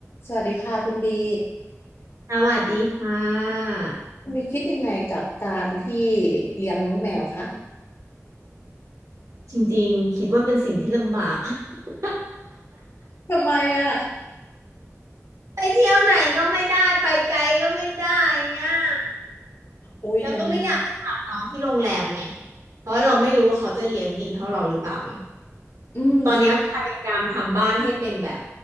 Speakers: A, on the left; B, on the right.
A: สวัสดีค่ะคุณบี
B: สวัสดีค่ะ
A: คุณบีคิดยังไงกับการที่เลี้ยงน้องแมวคะ
B: จริงๆคิดว่าเป็นสิ่งที่ลำบาก <laughs>
A: ทำไมอ่ะ
B: ไปเที่ยวไหนก็ไม่ได้ไปไกลก็ไม่ได้อ่ะ
A: อุ๊ยอันนี้
B: แล้วก็ไม่อยากไปฝากน้องที่โรงแรมไงเพราะเราไม่รู้ว่าเขาจะเลี้ยงดีเท่าเราหรือเปล่าไง
A: อืมใช่
B: ตอนเนี้ยพยายามทำบ้านให้เป็นแบบ